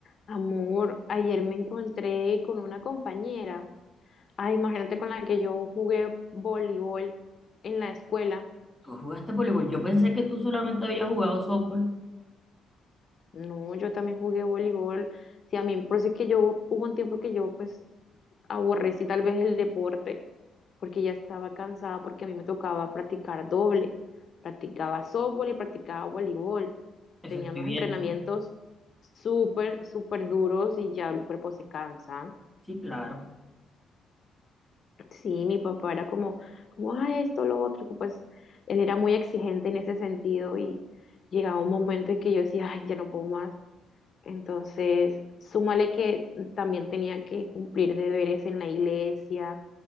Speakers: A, on the left; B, in the centre.
A: Amor, ayer me encontré con una compañera. Ay, imagínate con la que yo jugué voleibol en la escuela.
B: Tú jugaste voleibol. Yo pensé que tú solamente habías jugado softball.
A: No, yo también jugué voleibol. Sí, a mí, por eso es que yo, hubo un tiempo que yo pues aborrecí tal vez el deporte porque ya estaba cansada porque a mí me tocaba practicar doble. Practicaba softball y practicaba voleibol.
B: Eso
A: Tenía
B: estoy
A: unos
B: viendo.
A: entrenamientos súper, súper duros y ya el cuerpo se cansa.
B: Sí, claro.
A: Sí, mi papá era como, como, ah, esto, lo otro, que pues él era muy exigente en ese sentido y llegaba un momento en que yo decía, ay, ya no puedo más. Entonces, súmale que también tenía que cumplir deberes en la iglesia,